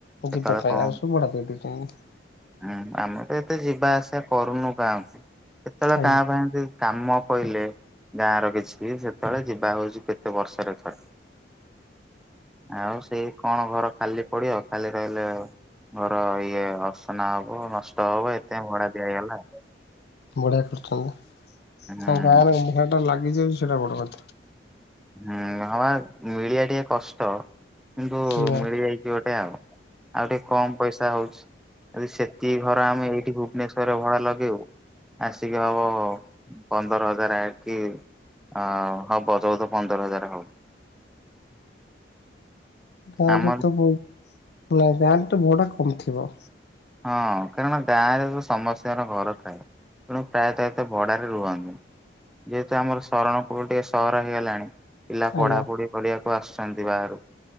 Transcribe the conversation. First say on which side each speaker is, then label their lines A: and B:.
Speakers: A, in the centre; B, on the left.
A: କେତେବେଳେ
B: ଯିବା ପାଇଁ
A: କଣ
B: ଆଉ ସବୁ ଭଢା ଦେଇଦେଇ ଛନ୍ତି
A: ହୁଁ ଆମେ ତ ଏତେ ଯିବା ଆସିବା କରୁନୁ ଗାଁକୁ କେତେବେଳେ
B: ଆଜ୍ଞା
A: କାଁ ଭା ଏମିତି କାମ କହିଲେ ଗାଁ ର କିଛି ସେତେବେଳେ ଯିବା ହଉଛି କେତେ ବର୍ଷରେ ଥରେ ଆଉ ସେଇ କଣ ଘର ଖାଲି ପଡିବ ଖାଲି ରହିଲେ ଆଉ ଘର ଇଏ ଅସନା ହବ ନଷ୍ଟ ହବ ଏତେ ଭଡା ଦିଆ ହେଇଗଲା
B: ବଢିଆ କରୁଛନ୍ତି
A: ହୁଁ।
B: ତାଙ୍କ ଗାଁରେ ଇନଭେଣ୍ଟର ଲାଗିଛି ସେଇଟା ବଡ କଥା
A: ହୁଁ ହବା ମିଳିବା ଟିକେ କଷ୍ଟ କିନ୍ତୁ
B: ଆଜ୍ଞା
A: ମିଳିଯାଇଛି ଗୋଟେ ଆଉ ଆଉ ଟିକେ କମ ପଇସା ହଉଛି ଯଦି ସେତିକି ଘର ଆମେ ଏଇଠି ଭୁବନେଶ୍ୱରରେ ଭଡା ଲଗେଇବୁ ଆସିକି ହବ ପନ୍ଦର ହଜାର ଆକିି ଅ ହବ ଚଉଦ ପନ୍ଦର ହଜାର ହବ
B: ଗାଁରେ
A: ଆମର
B: ତ ବ ନା ଗାଁରେ ତ ଭଡା କମ ଥିବ
A: ହଁ କାରଣ ଗାଁରେ ତ ସମସ୍ତଙ୍କର ଘର ଥାଏ ତେଣୁ ପ୍ରାୟତଃ ଏତେ ଭଡାରେ ରୁହନ୍ତିନି ଯେହେତୁ ଆମର ଶରଣ କୂଳ ଟିକେ ସହର ହେଇଗଲାଣି ପିଲା ପଢାପଢି
B: ଆଜ୍ଞା।
A: କରିବାକୁ ଆସୁଛନ୍ତି ବାହାରୁ